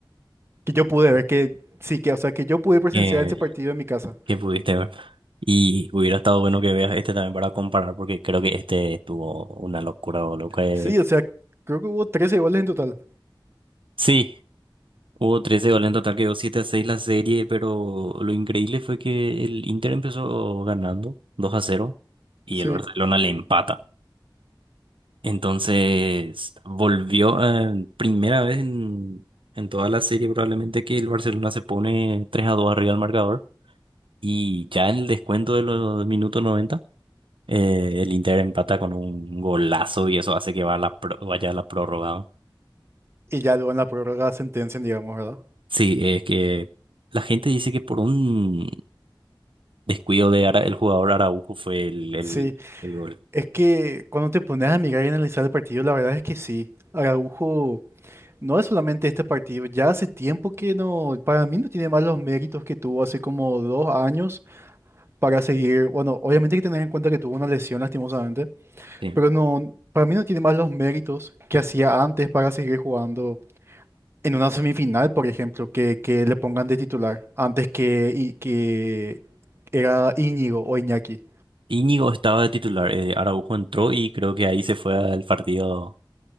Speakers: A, on the right; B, on the right.
A: Que yo pude ver que, sí, que, o sea, que yo pude presenciar
B: que,
A: ese partido en mi casa.
B: que pudiste ver. Y hubiera estado bueno que veas este también para comparar, porque creo que este tuvo una locura, o lo que...
A: Sí, o sea, creo que hubo 13 goles en total.
B: Sí. Hubo 13 goles en total, quedó 7 a 6 la serie, pero lo increíble fue que el Inter empezó ganando 2 a cero y
A: Sí.
B: el Barcelona le empata. Entonces volvió, eh, primera vez en, en toda la serie probablemente que el Barcelona se pone 3 a 2 arriba del marcador y ya en el descuento de los minutos 90 eh, el Inter empata con un golazo y eso hace que va a la pro- vaya a la prórroga. ¿no?
A: Y ya luego en la prórroga sentencian, digamos, ¿verdad?
B: Sí, es que la gente dice que por un descuido de Ara- el jugador Araujo fue el, el,
A: Sí.
B: el gol.
A: Es que cuando te pones a mirar y analizar el partido, la verdad es que sí. Araujo no es solamente este partido, ya hace tiempo que no, para mí no tiene más los méritos que tuvo hace como dos años para seguir. Bueno, obviamente hay que tener en cuenta que tuvo una lesión lastimosamente,
B: Sí.
A: pero no, para mí no tiene más los méritos que hacía antes para seguir jugando en una semifinal, por ejemplo, que, que le pongan de titular antes que, y, que era Íñigo o Iñaki.
B: Íñigo estaba de titular, eh, Araujo entró y creo que ahí se fue al partido,